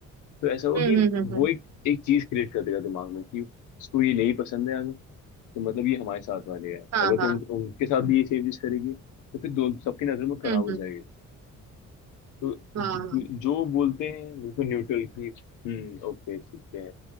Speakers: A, on the left; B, on the right.
A: तो ऐसा होगा
B: हम्म
A: कि
B: हम्म हम्म
A: वो
B: हम्म,
A: एक एक चीज क्रिएट कर देगा दिमाग में कि इसको ये नहीं पसंद है अगर तो मतलब ये हमारे साथ वाले है
B: हाँ
A: अगर
B: हाँ
A: तुम उनके साथ भी ये सेम चीज करेगी तो फिर दो सबकी नजर में खराब
B: हम्म
A: हो
B: हम्म
A: जाएगी तो
B: हाँ
A: जो
B: हाँ
A: जो बोलते हैं बिल्कुल न्यूट्रल की हम्म ओके ठीक है